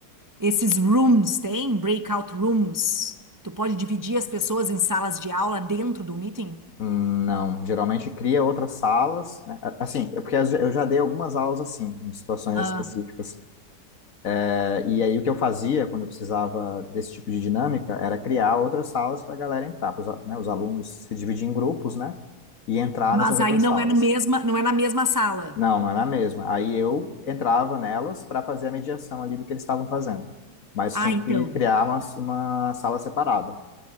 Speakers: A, on the right; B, on the left.
A: esses rooms tem breakout rooms. Tu pode dividir as pessoas em salas de aula dentro do meeting,
B: Hum, Não, geralmente cria outras salas, né? A- Assim, é porque eu já dei algumas aulas assim, em situações
A: Ah,
B: específicas. É, E aí o que eu fazia quando eu precisava desse tipo de dinâmica era criar outras salas para a galera entrar, para né, os alunos se dividir em grupos, né, e entrar
A: mas
B: nessas outras
A: aí não
B: salas.
A: é no mesma, não é na mesma sala.
B: Não, não era a mesma. Aí eu entrava nelas para fazer a mediação ali do que eles estavam fazendo, mas
A: Ah,
B: tinha
A: então.
B: que criar uma, uma sala separada.